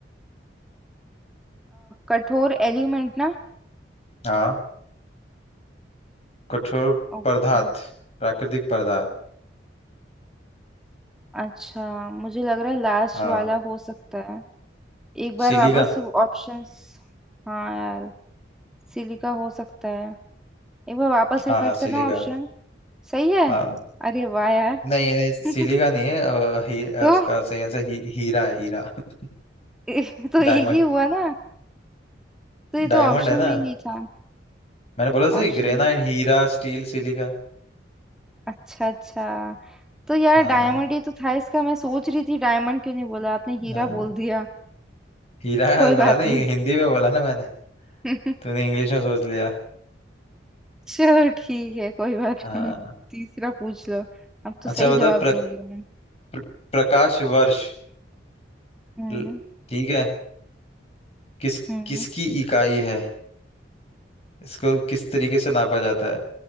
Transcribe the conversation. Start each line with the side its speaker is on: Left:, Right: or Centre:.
Centre: कठोर एलिमेंट ना
Left: हाँ कठोर
Centre: ओके
Left: पदार्थ प्राकृतिक पदार्थ
Centre: अच्छा मुझे लग रहा है लास्ट
Left: हाँ
Centre: वाला हो सकता है एक बार
Left: सिलिका
Centre: वापस ऑप्शंस हाँ यार सिलिका हो सकता है एक बार वापस
Left: हाँ
Centre: रिपीट करना
Left: सिलिका
Centre: ऑप्शन सही है
Left: हाँ
Centre: अरे वाह यार
Left: नहीं नहीं सिली
Centre: <laughs>
Left: का नहीं है अ, ही, अ,
Centre: तो
Left: उसका सही आंसर ही, हीरा है हीरा <laughs>
Centre: ए, तो एक
Left: डायमंड
Centre: ही हुआ ना तो ये तो
Left: डायमंड
Centre: ऑप्शन
Left: है ना
Centre: में ही नहीं था
Left: मैंने बोला सही
Centre: ऑप्शन
Left: ग्रेनाइट हीरा स्टील सिलिका
Centre: अच्छा अच्छा तो यार
Left: हाँ
Centre: डायमंड ये तो था इसका मैं सोच रही थी डायमंड क्यों नहीं बोला आपने हीरा
Left: हाँ
Centre: बोल दिया
Left: हीरा
Centre: तो कोई
Left: बोला
Centre: बात
Left: ना
Centre: नहीं
Left: हिंदी में बोला ना मैंने
Centre: <laughs>
Left: तूने इंग्लिश में सोच लिया
Centre: चलो ठीक है कोई बात
Left: हाँ
Centre: नहीं तीसरा पूछ लो अब तो सही
Left: अच्छा बता
Centre: जवाब
Left: प्र,
Centre: दूंगी मैं
Left: प्र, प्रकाश वर्ष
Centre: हम्म
Left: ल- ठीक है किस
Centre: हम्म
Left: किसकी इकाई है इसको किस तरीके से नापा जाता है